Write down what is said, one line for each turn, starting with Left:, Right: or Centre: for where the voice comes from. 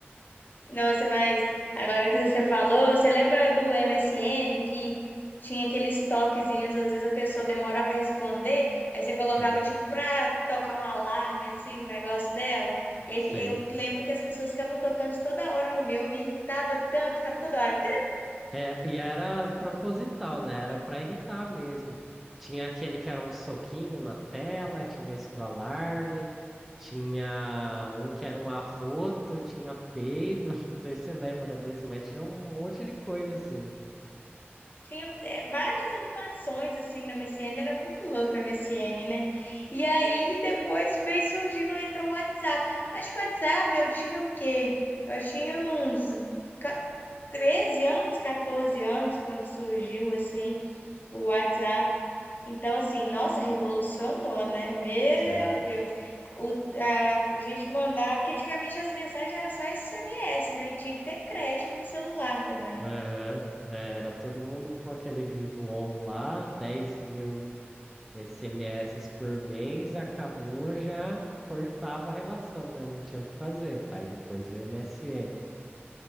Left: nossa, mas agora que você falou, você lembra do MSN que tinha aqueles toquezinhos, às vezes a pessoa demorava a responder, aí você colocava
Centre: Sim,
Left: tipo pra tocar um alarme assim, o negócio dela. E aí
Centre: sei.
Left: fi- eu lembro que as pessoas ficavam tocando isso toda hora no meu, eu me irritava tanto, ficava toda hora.
Centre: É, e era proposital, né? Era pra irritar mesmo. Tinha aquele que era um soquinho na tela, tinha esse do alarme, tinha um que era um arroto, tinha peido, <laughs> não sei se você lembra desse, mas tinha um monte de coisa assim.
Left: Tinha é, várias animações assim na MSN, era muito louco a MSN, né? E aí depois veio surgindo, entrou o WhatsApp. Acho que o WhatsApp eu tinha o quê? Eu tinha uns ca- 13 anos, 14 anos quando surgiu assim o WhatsApp. Então assim, nossa, revolucionou, né? Meu
Centre: Sim.
Left: Deus. O, a gente mandava, porque antigamente as mensagens eram só SMS, né? E tinha que ter crédito no celular também,
Centre: Aham.
Left: né?
Centre: É, Era todo mundo com aquele Vivo On lá, 10 mil SMS por mês, acabou, já cortava a relação, né? Não tinha o que fazer. Aí depois o MSN.